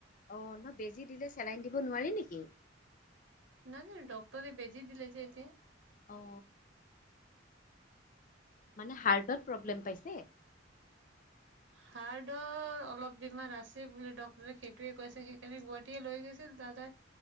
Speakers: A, on the left; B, on the right.
A: অ', ন' বেজী দিলে চেলাই নি দিব নোৱাৰি নেকি?
B: নাজানো ডক্টৰে বেজি দিল যে এতিয়া।
A: অ'। মানে হাৰ্টত প্ৰব্লেম পাইছে।
B: হাৰ্টৰ অলপ বেমাৰ আছে বুলি ডক্টৰে সেইটোয়ে কৈছে সেইকাৰণে গুৱাহাটীয়ে লৈ গৈছিল তাত।